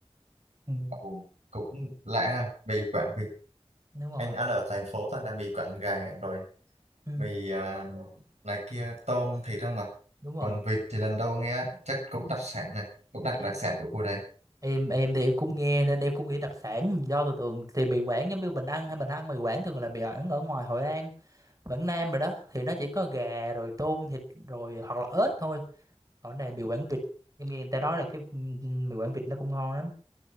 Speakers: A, on the right; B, on the right.
A: ừ,
B: ừ. cũng lạ ha mì Quảng vịt
A: đúng rồi
B: anh ăn ở thành phố toàn là mì Quảng gà rồi
A: ừ,
B: mì à, này kia tôm thịt không mà
A: đúng rồi
B: còn vịt thì lần đầu nghe chắc cũng đặc sản này cũng đặc
A: em
B: đặc sản của khu đây
A: em em thì em cũng nghe nên em cũng nghĩ đặc sản do tôi tưởng thì mì Quảng giống như mình ăn hay mình ăn mì Quảng thường là mì Quảng ở ngoài Hội An Quảng Nam rồi đó thì nó chỉ có gà rồi tôm thịt rồi hoặc là ếch thôi còn này mì Quảng Vịt em nghe người ta nói là cái ừ, ừ, mì Quảng Vịt nó cũng ngon lắm